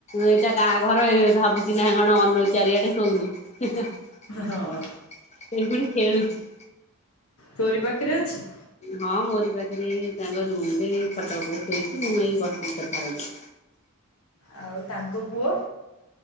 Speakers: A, on the left; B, on the left.
A: ଏଇଟା କା ଘର ଏ ଭାବୁ ନା କଣ ଅନଉଚି ଚାରିଆଡେ ଶୋଉନି ହେ ହେ ଏଇ
B: ହଁ
A: ଖୁଣି ଖେଳୁଚି।
B: ତୋରି ପାଖରେ ଅଛି?
A: ହଁ ମୋରି ପାଖେରେ ଏଇ ତାଙ୍କ ରୁମ ରେ ଏଇ ଖଟ ଉପରେ ଶୋଇଚି ମୁଁ ଏଇ ବସିି କଥା ହଉଚି।
B: ଆଉ ତାଙ୍କ ପୁଅ?